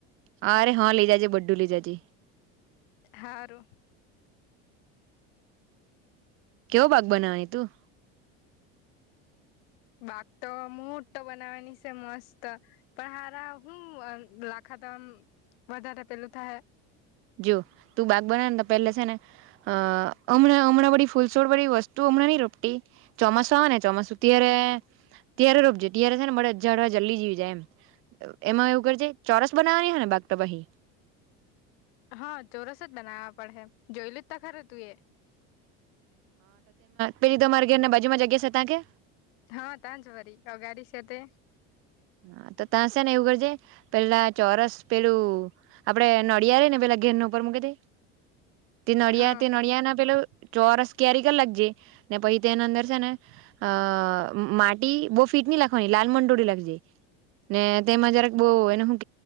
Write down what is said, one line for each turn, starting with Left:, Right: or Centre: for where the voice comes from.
Right: હ અરે હા લઈ જજે બધું લઈ જજે
Left: હાારું.
Right: કેવો ભાગ બનાવાની તું
Left: બાક તો મુહૂર્તો બનાવાની છે મસ્ત પણ હારા હું લાખાતામ વધારે પેલું થાય.
Right: જો તું બાગ બના ને તો પહેલે છે ને અ હમણાં હમણાં બી ફૂલસોડ બળી વસ્તુઓ ચમ ની રોટટી ચોમાસા આવે ને ચોમાસું ત્યારે ત્ય્યારે રોપજે ત્યારે છે ને મળ હજાર વાર જલ્દી જવી જાય એમ એમાં એવું કરજ ચોરસ બનાવાની હ ને બાગટભહી
Left: હા ચોરસ જ બનાવવા પડે. જયલિતતા ખ ર તું એ. <unintelligible>
Right: પેલીીધ અર ઘર ને બાુમાં જગ્યા છે ત્યા કે.
Left: હા તાં જ ભરી અ ગાડી છે તે.
Right: હા તો તશે ને એવું કરજે પેલા ચોરસ પેલું આપડે નડિયળે ને પેલા અગિર ન ઉપરગ તે
Left: <inaudible>
Right: તે નળિયા
Left: હા
Right: તે નળિયા ના પેલા ચોરસ કારી કર લાગ જાય ને પછી તેના અંદર છે ને અ માટી બહ ફિટની લખવાની લાલ મંડોડી લખજે
Left: <inaudible>
Right: ને તેમાં જરાક બહુ એને શું